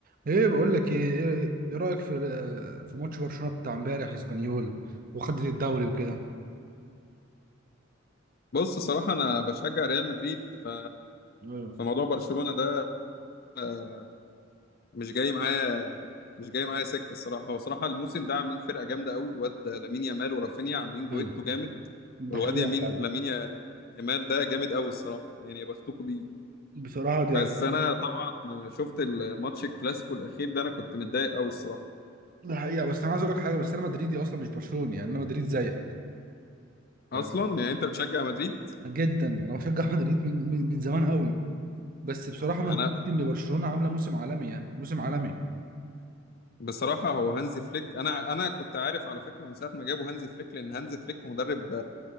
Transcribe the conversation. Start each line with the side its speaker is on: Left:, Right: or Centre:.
Right: ايه بقول لك ايه ايه إيه رايك في آه، في ماتش برشلونه بتاع امبارح اسبانيول وخدت الدوري وكده
Left: بص صراحة أنا بشجع ريال مدريد ف
Right: ايوه
Left: فموضوع برشلونة ده آه، مش جاي معايا مش جاي معايا سكة الصراحة هو صراحة الموسم ده عاملين فرقة جامدة قوي الواد لامين يامال ورافينيا عاملين دويتو
Right: ايوه
Left: جامد
Right: ده
Left: والواد
Right: حقيقة
Left: يمين
Right: فعلا.
Left: لامين يا- يامال ده جامد قوي الصراحة يعني يا بختكوا بيه
Right: بصراحة دي
Left: بس
Right: ح-
Left: أنا طبعا شفت الماتش الكلاسيكو الأخير ده أنا كنت متضايق قوي الصراحة
Right: ده حقيقة بس أنا عايز أقول لك حاجة بس أنا مدريدي أصلا مش برشلوني يعني أنا مدريد زيك ف-
Left: أصلا يعني أنت بتشجع مدريد
Right: جدا أنا بشجع <laughs> مدريد من من, من زمان قوي بس بصراحة ما
Left: أنا
Right: نكونش إن برشلونة عاملة موسم عالمي يعني موسم عالمي
Left: بصراحة هو هانزي فليك أنا أنا كنت عارف على فكرة من ساعة ما جابوا هانزي فليك لأن هانزي فليك مدرب